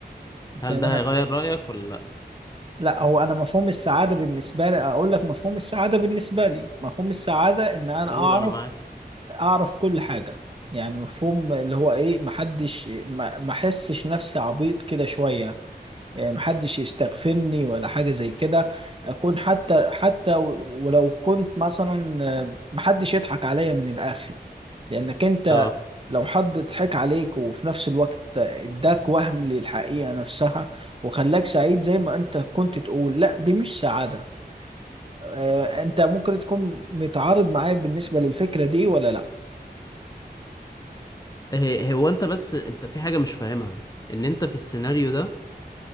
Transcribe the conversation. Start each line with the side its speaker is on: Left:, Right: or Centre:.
Left: هل
Right: تمام
Left: ده هيغير رأيك ولا لا
Right: لا هو انا مفهوم السعاده بالنسبه لي اقول لك مفهوم السعاده بالنسبه لي مفهوم السعاده ان انا
Left: قول
Right: اعرف
Left: انا معاك
Right: اعرف كل حاجه يعني مفهوم اللي هو ايه محدش ما ما احسش نفسي عبيط كده شويه آه، محدش يستغفرني ولا حاجة زي كده أكون حتى حتى ولو كنت مثلا آه، محدش يضحك عليا من الآخر لأنك أنت
Left: اه
Right: لو حد ضحك عليك وفي نفس الوقت اداك وهم للحقيقة نفسها وخلاك سعيد زي ما أنت كنت تقول لا دي مش سعادة آه، أنت ممكن تكون متعارض معايا بالنسبة للفكرة دي ولا لا؟
Left: هي- هو انت بس انت في حاجة مش فاهمها ان انت في السيناريو ده